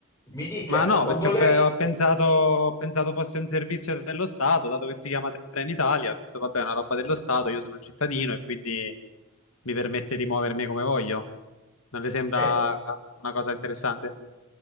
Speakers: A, on the left; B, on the left.
A: Mi dica,
B: Ma no,
A: quando
B: perché ho,
A: lei...
B: pe- ho pensato, ho pensato fosse un servizio dello Stato, dato che si chiama Trenitalia, ho detto vabbè, è una roba dello Stato, io sono un cittadino e quindi mi permette di muovermi come voglio. Non le sembra
A: eh,
B: una cosa interessante?